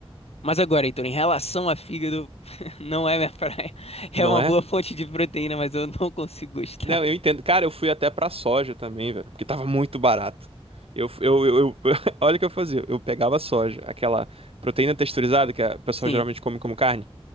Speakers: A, on the left (about 85°); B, on the right (about 70°).
A: Mas agora, Heitor, em relação a fígado, <laughs> não é minha praia. <laughs> É
B: Não
A: uma
B: é?
A: boa fonte de proteína, mas eu não consigo gostar.
B: Não, eu entendo. Cara, eu fui até pra soja também, velho, porque tava muito barato. Eu, eu, eu, eu- <laughs> olha o que eu fazia. Eu pegava soja, aquela proteína texturizada que a pessoa
A: Sim,
B: geralmente come como carne.